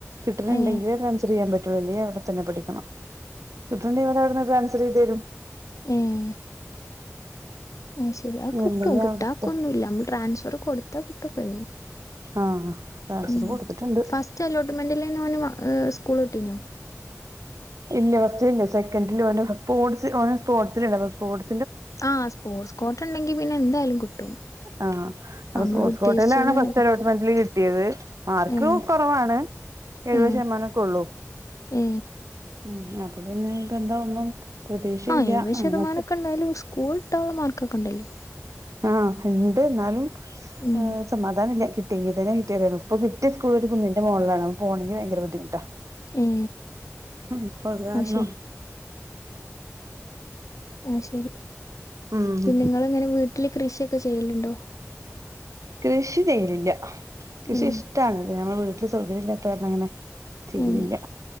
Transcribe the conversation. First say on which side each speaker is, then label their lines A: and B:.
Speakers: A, on the right; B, on the left.
A: കിട്ട്ണണ്ടെങ്കില്
B: ഏ
A: ഡ്രാൻസഫറെയ്യാൻ പറ്റുള്ളൂ അല്ലേ അവിടെ തന്നെ പഠിക്കണം കിട്ട്ണണ്ടങ്കില് <unintelligible> റ്റ് ചെയ്തേരും
B: ഉം ആ ശരി ആ കിട്ടും
A: ഇല്ലെങ്കി
B: കിട്ടാക്കൊന്നുല്ല
A: അവിടുത്തെ
B: നമ്മള് ട്രാൻസ്ഫർ- കൊടുത്താ കിട്ടൊക്കെയ്യും
A: ആഹ് ട്രാൻസ്ഫർ
B: ഉം
A: കൊടുത്തിട്ടുണ്ട്
B: ഫസ്റ്റ് അലോട്ട്മെന്റിലെന്നെ ഓന് സ്കൂള് കിട്ടീനോ
A: ഇല്ല ഫസ്റ്റിലില്ല സെക്കൻഡില് ഓന്റെ സ്പോർട്സ് ഓന് സ്പോർട്സില്ണ്ട് അപ്പൊ സ്പോർട്
B: ആ സ്പോർട്സ് കോട്ടണ്ടെങ്കി പിന്നെ എന്തായാലും കിട്ടും
A: ആഹ് അപ്പൊ
B: നമ്മള്
A: സ്പോർട്സ്
B: ഉദ്ദേശിച്ചേലന്നെ
A: കോട്ടെലാണ് ഫസ്റ്റ്
B: കിട്ടും
A: അലോട്ട്മെന്റില് കിട്ടിയത് മാർക്ക്
B: ഏ
A: കൊറവാണ് എഴുപത്
B: ഏ
A: ശതമാനക്കൊള്ളൂ
B: ഏ
A: ഉം അപ്പൊ പിന്നെ ഇപ്പന്താ ഒന്നും പ്രതീക്ഷയില്ല
B: ആ എഴുപത്
A: അങ്ങനൊക്കെ
B: ശതമാനൊക്കണ്ടായാലും സ്കൂള് കിട്ടനുള്ള മാർക്കൊക്കെണ്ടല്ലോ
A: ആഹ് ഇണ്ട് എന്നാലും
B: ഉം
A: ഏ സമാധാനല്ല കിട്ടിയങ്കിതന്നെ കിട്ടി <unintelligible> ഇപ്പ കിട്ടിയ സ്കൂള് ഒരു കുന്നിന്റെ മോളിലാണ് പോണെങ്കി ഭയങ്കര ബുദ്ധിമുട്ടാ
B: ഏ
A: നിപ്പ കാരണം
B: അത് ആഹ്ശരി
A: ഉം
B: പിന്നെ നിങ്ങളങ്ങനെ വീട്ടില് കൃഷിയൊക്കെ ചെയ്യല്ണ്ടോ?
A: കൃഷി ചെയ്യലില്ല കൃഷി
B: ഏഹ്
A: ഇഷ്ടാണ് ഞങ്ങളെ വീട്ടില് സൗകര്യം ഇല്ലാത്ത കാരണം അങ്ങനെ ചെയ്യലില്ല
B: ഉം